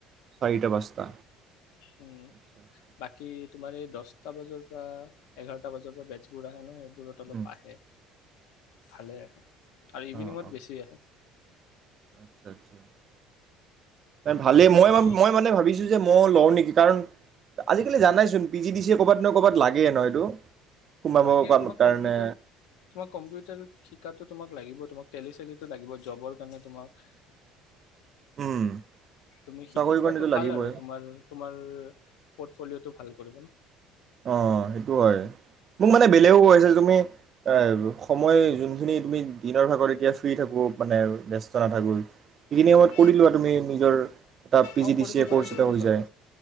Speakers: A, on the right; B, on the left.
A: চাৰিটা পাঁচটা
B: উম
A: আচ্ছা আচ্ছা,
B: বাকী তোমাৰ এই দছটা বজাৰ পৰা এঘাৰটা বজাৰ পৰা বেটছ পূৰা হেনো বোৰত অলপ
A: উম
B: আহে ভালে আহে আৰু ইভিনিঙত
A: অ অ
B: বেছি আহে।
A: আচ্ছা আচ্ছা ভালেই মই-মই
B: এনেকুৱা
A: মানে ভাবিছো যে মই লওঁ নেকি কাৰণ আজিকালি জানাইচোন P G D C A ক'ৰবাত নহয় কবাত লাগে ন এইটো? সোমাব
B: লাগে তোমাক
A: কাৰণে
B: কম্পিউটাৰ তোমাৰ কম্পিউটাৰ শিকাটো তোমাক লাগিব তোমাক তেলি-চেলিটো লাগিবই জবৰ কাৰণে তোমাক
A: উম
B: তুমি
A: চাকৰি
B: শিকি
A: কাৰণেতো
B: থোৱাটো
A: লাগিবই
B: ভাল আৰু তোমাৰ-তোমাৰ পৰ্টফলিঅটো ভাল কৰিব ন
A: অ সেইটো হয়। মোক মানে বেলেগেও কৈছে তুমি আ সময় যোনখিনি তুমি দিনৰ ভাগৰ এতিয়া ফ্ৰী থাকবো মানে ব্যস্ত নাথাকোঁ ইখিনি সময়ত
B: উম
A: কৰি লোৱা তুমি নিজৰ এটা পি
B: অ'
A: জি ডি
B: কৰিব
A: চি এ
B: পাৰা
A: কৰ্চ
B: কৰিব
A: এটা হৈ
B: পাৰা।
A: যায়